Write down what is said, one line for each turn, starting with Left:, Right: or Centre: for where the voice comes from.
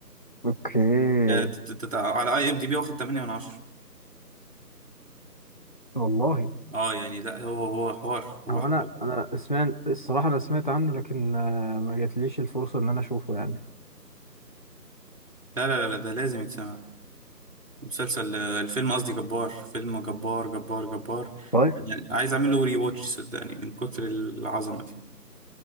Left: اوكي
Right: ده ده- ده- ده على اي ام دي بي واخد 8 من 10
Left: والله
Right: اه يعني لا هو هو حوار هو
Left: هو
Right: حوار
Left: انا انا سمعت الصراحه انا سمعت عنه لكن آه، ما جاتليش الفرصه ان انا اشوفه يعني
Right: لا لا لا لا، ده لازم يتسمع مسلسل آه، الفيلم قصدي جبار فيلم جبار جبار جبار
Left: طيب
Right: يعني عايز اعمل له ري واتش صدقني من كتر العظمة دي